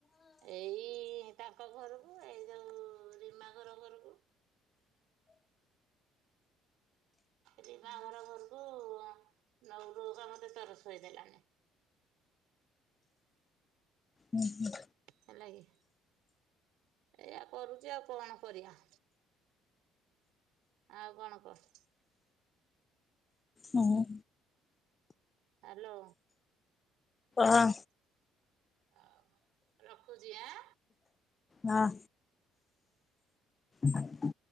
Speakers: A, on the right; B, on the left.
A: ଏଇ ତାଙ୍କ ଘରକୁ ଏଇ ଯୋଉ ରିମା ଘର ଘରକୁ। ରିମା ଘର ଘରକୁ ଆଁ ନଉ ଠୁ କ ମତେ ତର ସୋଇଦେଲାଣି।
B: ହୁଁ ହୁଁ
A: ହେଲା କି ଏଇଆ କରୁଛି, ଆଉ କଣ କରିବା। ଆଉ କଣ କହ?
B: ହଁ
A: ହାଲୋ।
B: ହଁ
A: ଆଉ ରକହୁଛି, ଆଁ
B: ହଁ ହୁ